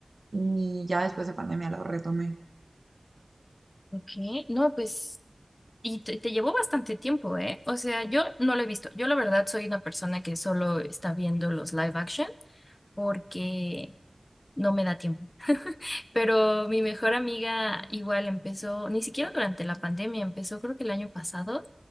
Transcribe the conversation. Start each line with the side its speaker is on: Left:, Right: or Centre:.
Right: y ya después de pandemia lo retomé.
Left: Ok, no, pues, y te, te llevó bastante tiempo, ¿eh? O sea, yo no lo he visto. Yo la verdad soy una persona que solo está viendo los live action porque no me da tiempo. Pero mi mejor amiga igual empezó, ni siquiera durante la pandemia, empezó creo que el año pasado